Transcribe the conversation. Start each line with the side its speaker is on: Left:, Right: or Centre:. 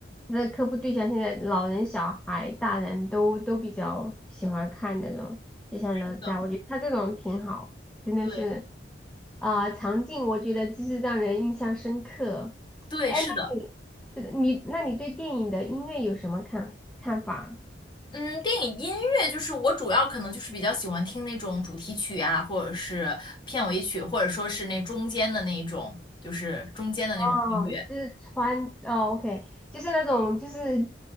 Centre: 他的客户对象现在老人、小孩、大人都都比较喜欢看那种，就像哪吒，
Left: 值得。
Centre: 我觉得他这种挺好，真的是
Left: 对
Centre: 啊、呃场景我觉得就是让人印象深刻。
Left: 对，
Centre: 哎，
Left: 是的。
Centre: 那你这个你，那你对电影的音乐有什么看看法？
Left: 嗯，电影音乐就是我主要可能就是比较喜欢听那种主题曲啊，或者是片尾曲，或者说是那中间的那种，就是中间的那种音乐。
Centre: 哦，就是穿哦，OK，就是那种就是